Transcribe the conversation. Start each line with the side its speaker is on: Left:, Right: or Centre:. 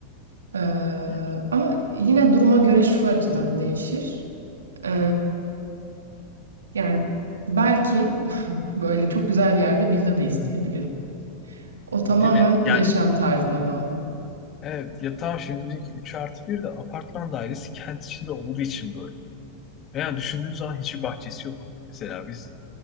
Right: Ee,
Left: Hı.
Right: ama yine duruma göre şu açıdan değişir. Ee, yani belki <laughs> böyle çok güzel bir yerde villa da isteyebilirim. O
Left: Değil
Right: tamamen
Left: mi? Yani
Right: yaşam tarzına bağlı.
Left: evet ya tamam şimdi bizimki 3 artı bir de apartman dairesi kent içinde olduğu için böyle. Yani düşündüğün zaman hiçbir bahçesi yok. Mesela biz